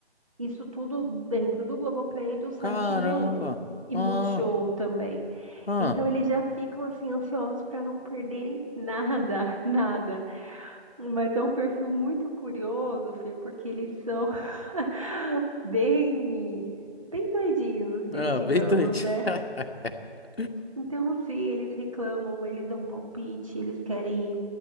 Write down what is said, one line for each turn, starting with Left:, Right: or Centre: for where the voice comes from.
Right: Isso tudo dentro do Globoplay e do site
Left: Caramba.
Right: G1 e
Left: Ah,
Right: Multishow também.
Left: ah.
Right: Então eles já ficam assim ansiosos para não perderem nada, <laughs> nada. Mas é um perfil muito curioso, Fê, porque eles são <laughs> bem bem doidinhos, assim,
Left: Ah,
Right: digamos,
Left: bem doido.
Right: né?
Left: <laughs>
Right: Então, se eles reclamam, eles dão palpite, eles querem